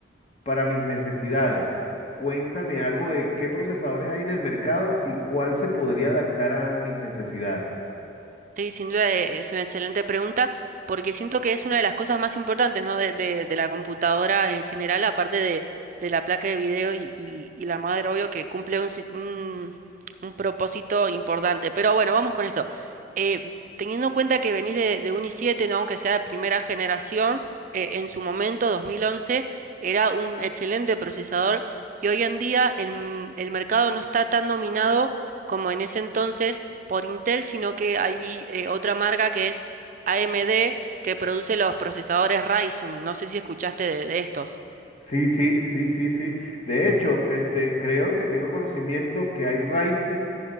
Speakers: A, on the left; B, on the right.
A: para mis necesidades? Cuéntame algo de qué procesadores hay en el mercado y cuál se podría adaptar a mis necesidades.
B: Sí, sin duda eh, es una excelente pregunta, porque siento que es una de las cosas más importantes, ¿no? de, de- de la computadora en general, aparte de, de la placa de video y, y- y la madre, obvio, que cumple un, si- un, un propósito importante. Pero bueno, vamos con esto. Eh, teniendo en cuenta que venís de, de un i7, ¿no? Aunque sea de primera generación, eh, en su momento, 2011, era un excelente procesador y hoy en día el, el mercado no está tan dominado como en ese entonces por Intel, sino que hay eh, otra marca que es AMD, que produce los procesadores Ryzen. No sé si escuchaste de, de estos.
A: Sí, sí, sí, sí, sí. De hecho, este, creo que tengo conocimiento que hay Ryzen